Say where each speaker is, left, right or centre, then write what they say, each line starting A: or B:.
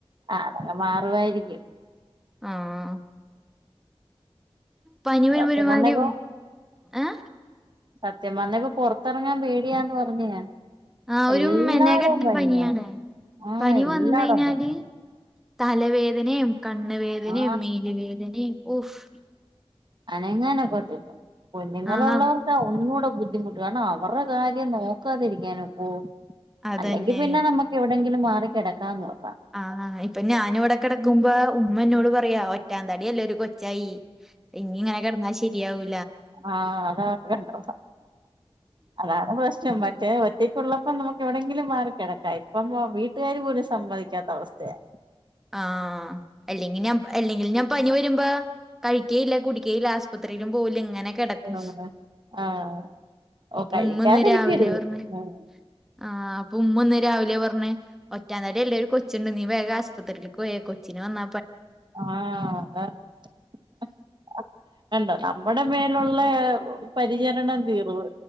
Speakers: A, on the right; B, in the centre.
A: ആതൊക്കെ മാറുവായിരിക്കും
B: ആഹ പനി വരുമ്പരുമാരി
A: സത്യം പറഞ്ഞപ്പോ
B: ആഏ
A: സത്യം വന്നിപ്പോൊ പുറത്തിറങ്ങാൻ പേടിയാന്ന് പറഞ്ഞ ഞാൻ
B: ആ ഒരു
A: എല്ലാടവും
B: മെന കെട്ടുന്ന
A: പനിയാ
B: പനിയാണ്
A: ആ
B: പനി
A: എല്ലാടവും
B: വന്നഴഞ്ഞാല്
A: പനി
B: തലവേദനയും കണ്ണ വേദനയും
A: ആ
B: മേല വേദനയും ഊഫ്
A: അനങ്ങനെക്കെും കുഞ്ഞുങ്ങളുള്ളവർക്ക്
B: ആഹ്
A: ഒന്നുകൂടെദ്ധി ബുദ്ധിമുട്ട് കാരണം അവരുടെ കാര്യം നോക്കാതിരിക്കാന ഇപ്പോ
B: അതന്നെ
A: അല്ലെങ്കിൽ പിന്നെ നമുക്ക് എവിടെെങ്കിലും മാറ കിടക്കാന്ന്ോക്കാം
B: ആഹ്് ഇപ്പൊ ഞാന ഇവിടെ കിടക്കുമ്പോ ഉമ്മനോട് പറയാ ഒറ്റാന്താടി അല്ല ഒരു കൊച്ചായി ഇനി ഇങ്ങനെ കിടന്നാ ശരിയാവൂ
A: ആഹ അതാണ്ട അതാണ് പ്രശ്നം മറ്റേ എക്കുള്ളപ്പോ നമുക്ക് എവിടെെങ്കിലും മാറി കിടക്കാ ഇപ്പം വീട്ടുകാാര് പോലും സമ്മതിിക്കാത്ത അവസ്ഥയാണ്
B: ആഹ അല്ലെങ്കിൽ ഞാൻ അല്ലെങ്കിൽ ഞാൻ പനി വരുമ്പോ കഴിക്കേല്ല കുട ആശ്പത്രിയിലും പോല ഇങ്ങനെ കിടക്കും
A: ആഹ് ആഹ് ഓ
B: ഇപ്പ
A: കഴിക്കാതിരിക്കരുത്
B: ഉമ്മ ഒന്ന് രാവിലെ പറഞ്ഞ
A: ഉം
B: ആ അപ്പ ഉമ്മ ഒന്ന രാവിലെഞ്ഞഞ് ഒറ്റാന്തടി എല്ലാവും കൊച്ചുണ്ട് നീ വേഗ ആശു്പത്രിയിൽ പോയ കൊച്ചിന് വന്ന
A: ആഹ അത വണ്ടോ നമ്മുടെ മേലുള്ള പരിചരണം തീർവ്